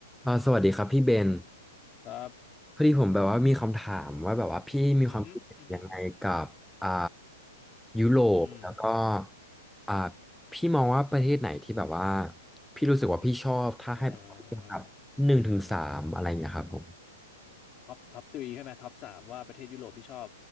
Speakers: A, in the centre; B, on the left.
A: อ่าสวัสดีครับพี่เบน
B: ครับ
A: พอดีผมแบบว่ามีคำถามว่าแบบว่าพี่มีความคิดเห็นยังไงกับอ่า
B: อือฮึอือฮึ
A: ยุโรปแล้วก็
B: อืม
A: อ่าพี่มองว่าประเทศไหนที่แบบว่าพี่รู้สึกว่าพี่ชอบถ้าให้แบบครับหนึ่งถึงสามอะไรเงี้ยครับผม
B: เอ่อท็อปท็อปทรีใช่ไหมท็อปสามว่าประเทศยุโรปที่ชอบ